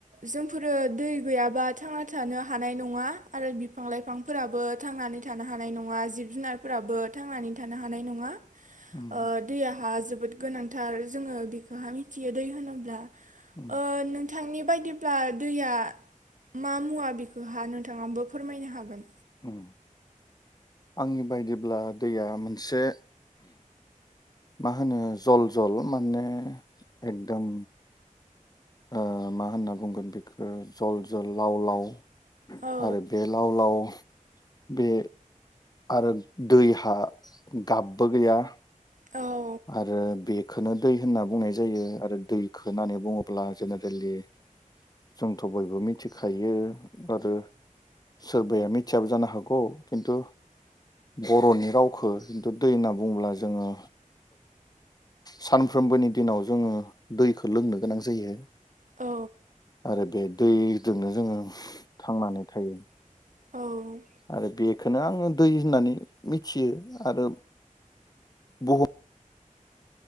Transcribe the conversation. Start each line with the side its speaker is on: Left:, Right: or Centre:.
Right: जोंफोरो दै गैयाबा थाङा हानाय नङा आरो बिफां लाइफांबो थांनानै थानो हानाय नङा जिब जुनारफोराबो थांनानै थानो हानाय नङा
Left: उम
Right: ओ दैहा जोबोद गोनांथार जोङो बेखौ मिथियो दै होनोब्ला
Left: उम
Right: ओ नोंथांनि बायदिब्ला दैया मा मुवा बिखौहा नोंथाङाबबो फोरमायनो हागोन
Left: औ आंनि बायदिब्ला दैया मोनसे मा होनो जल जल माने एकदम ओ मा होनना बुंगोन बेखो जल जल लाव लाव
Right: औ
Left: आरो बे लाव लाल बे आरो दैहा गाबबो गैया
Right: औ
Left: आरो बेखौनो दै होनना बुंनाय जायो आरो दैखौ होननानै बुङोब्ला जेनेरेलि जोंथ' बयबो मिथिखायो आरो सोरबाया मिथियाबो जानो हागौ खिन्थु बर'नि रावखौ खिन्थु दै होनना बुङोब्ला जोङो सानफ्रोमबोनि दिनाव जोङो दैखौ लोंनो गोनां जायो
Right: औ
Left: आरो बे दैजोंनो जोङो थांनानै थायो
Right: औ
Left: आरो बेखौनो आङो दै होननानै मिथियो आरो बुहुम